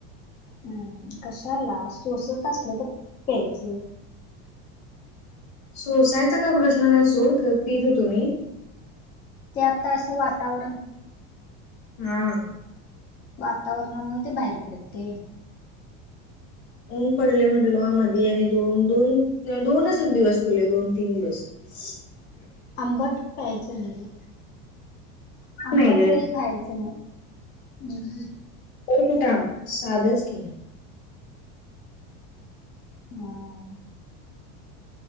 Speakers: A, on the left; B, on the left.
A: हम्म कशाला सोसत असलं तर प्यायच.
B: सोसायचा काय प्रश्न नाही सोड खर पित हुतो मी,
A: ते आता असं वातावरण
B: हम्.
A: वातावरणामुळे ते बाहेर पडतय.
B: ऊन पडलय म्हडल मधी आणि दोन दोन दोनच दिवस पीलोय दोन तीन दिवस. ह <unintelligible>
A: आंबट प्यायचं नाही ग आंबट
B: नाही ग
A: लय खायच. च नाही.
B: ते कूट आलं साधच केली.
A: हम